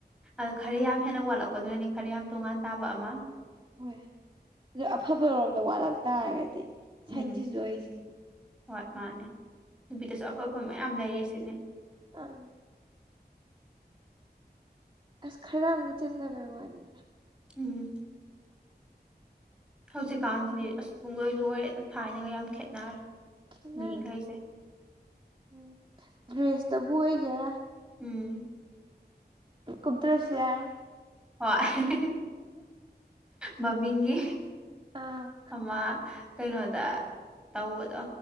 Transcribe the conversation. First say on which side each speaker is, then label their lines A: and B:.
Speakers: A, in the centre; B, on the right (about 30°).
A: ꯑ ꯈꯔ ꯌꯥꯝ ꯍꯦꯟꯅ ꯋꯥꯠꯂꯛꯄꯗꯨꯅꯅꯤ ꯈꯔ ꯌꯥꯝ ꯇꯣꯉꯥꯟ ꯇꯥꯕ ꯑꯃ
B: ꯍꯣꯏ ꯑꯗꯨ ꯑꯐꯕꯔꯣꯝꯗ ꯋꯥꯠꯂꯛ ꯇꯥꯔꯒꯗꯤ
A: ꯎꯝ
B: ꯁꯥꯏꯁꯤꯁꯨ ꯑꯩꯁꯤ
A: ꯍꯣꯏ ꯃꯥꯅꯦ ꯅꯨꯄꯤꯗꯁꯨ ꯑꯐ ꯑꯐꯕ ꯃꯌꯥꯝ ꯂꯩꯔꯤ ꯁꯤꯅꯦ
B: ꯑ ꯑꯁ ꯈꯔ ꯑꯃꯅ ꯆꯦꯟꯗꯕꯩ ꯋꯥꯅꯤꯗ
A: ꯎꯝ ꯍꯧꯖꯤꯛꯀꯥꯟꯁꯤꯗꯤ
B: ꯎꯝ
A: ꯑꯁ ꯄꯨꯡꯂꯣꯏ ꯂꯣꯏꯔꯦꯗ ꯊꯥꯏꯅꯒ ꯌꯥꯝ ꯈꯦꯠꯅꯔꯦ
B: ꯈꯦꯠꯅꯔꯦ
A: ꯃꯤꯈꯩꯁꯦ
B: ꯎꯝ ꯗ꯭ꯔꯦꯁꯇꯕꯨ ꯑꯣꯏꯒꯦꯔꯥ
A: ꯎꯝ
B: ꯀꯨꯞ ꯇ꯭ꯔꯁꯨ ꯌꯥ
A: ꯍꯣꯏ ꯃꯃꯤꯡꯒꯤ
B: ꯑꯥ
A: ꯑꯃ ꯀꯩꯅꯣꯗ ꯇꯧꯕꯗꯣ